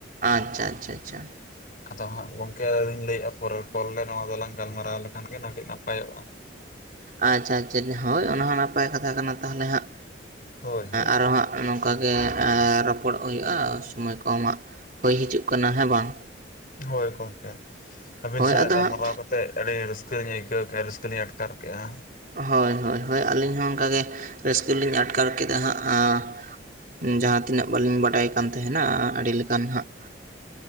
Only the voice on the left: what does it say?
ᱟᱫᱚ ᱦᱟᱸᱜ ᱜᱚᱝᱠᱮ ᱟᱹᱧ ᱞᱟᱹᱭᱮᱜᱼᱟ ᱯᱚᱨᱮᱨ ᱠᱚᱞ ᱨᱮ ᱱᱚᱣᱟ ᱫᱚᱞᱟᱝ ᱜᱟᱞᱢᱟᱨᱟᱣ ᱞᱮᱠᱷᱟᱱ ᱜᱮ ᱟᱹᱰᱤ ᱱᱟᱯᱟᱭᱚᱜᱼᱟ᱾
ᱦᱳᱭ ᱦᱳᱭ
ᱦᱳᱭ ᱜᱚᱝᱠᱮ, ᱟᱹᱵᱤᱱ
ᱥᱟᱞᱟᱜ
ᱜᱟᱞᱢᱟᱨᱟᱣ
ᱠᱟᱛᱮ ᱛᱮᱜ ᱟᱹᱰᱤ ᱨᱟᱹᱥᱠᱟᱹᱞᱤᱧ ᱟᱹᱭᱠᱟᱹᱣ ᱠᱮᱜᱼᱟ ᱨᱟᱹᱥᱠᱟᱹ ᱞᱤᱧ ᱟᱴᱠᱟᱨ ᱠᱮᱜᱼᱟ᱾